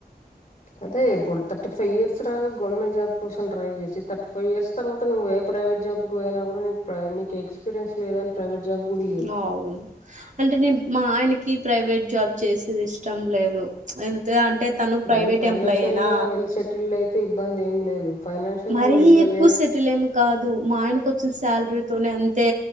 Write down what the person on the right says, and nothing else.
నౌవును అంటే నేన్ మా ఆయన్ క్ కి ప్రైవేట్ జాబ్ చేసేది ఇష్టం లేదు ఎంతే అంటే తను
ప్రైవేట్
ఎంప్లాయేనా
మరీ
ఎక్కువ సెటిల్ ఏం కాదు మా ఆయనకోచ్చిన్ శాలరీతోనే అంతే